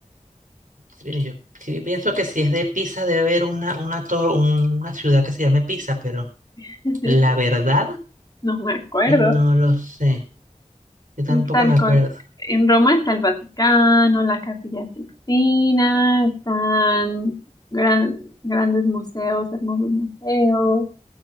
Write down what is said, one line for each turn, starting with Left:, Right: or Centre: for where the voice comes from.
Right: Sí, Yo sí pienso que si es de Pisa debe haber una, una, to- una ciudad que se llame Pisa, pero
Left: <laughs>
Right: la verdad
Left: No me acuerdo.
Right: no lo sé. Yo tampoco
Left: Está el
Right: me acuerdo.
Left: co- en Roma está el Vaticano, la Capilla Sixtina, están gran- grandes museos, hermosos museos,